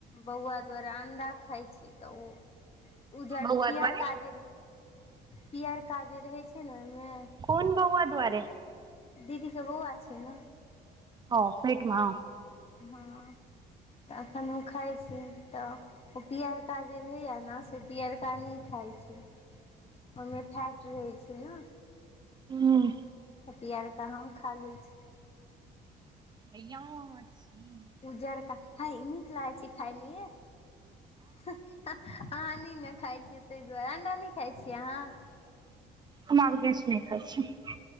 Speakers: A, on the left (about 35°); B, on the right (about 25°).
A: बौआ द्वारा अंडा खाय तऽ ओ उजर
B: बौआ
A: पीयरका
B: दुआरे
A: जे पीयरका जे रहै छै ने ओहिमे
B: कोन बौआ दुआरे
A: दीदी के बौआ छै ने
B: ओ पेट मे
A: हँ तऽ अखन ओ खाय छै तऽ ओ पियरका जे रहैए ने से पियरका नहि खाइत छै ओहिमे फैट रहै छै ने
B: हूँ
A: तऽ पियरका हम खा लै छी
B: हय यहाँ छी
A: उजड़का हय नीक लागै छै खाइमे यै हँ अहाँ नीने खाइ छियै ताहि दुआरे अंडा नहि खाय छियै अहाँ
B: हमरि आर किछ नहि खाइ छीयै